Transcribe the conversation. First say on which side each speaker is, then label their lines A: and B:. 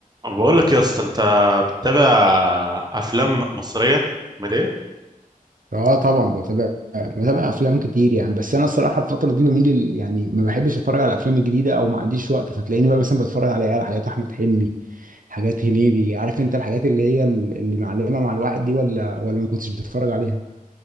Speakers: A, on the right; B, on the right.
A: أنا بقول لك يا اسطى انت بتتابع افلام مصريه كوميديه
B: اه طبعا بتابع بتابع افلام كتير يعني بس انا الصراحه الفتره دي بميل لل- يعني ما بحبش اتفرج على الافلام الجديده او ما عنديش وقت فتلاقيني بقى مثلا بتفرج على على حاجات احمد حلمي حاجات هنيدي عارف انت الحاجات اللي هي ال- اللي معلمه مع الواحد دي ولا ولا ما كنتش بتتفرج عليها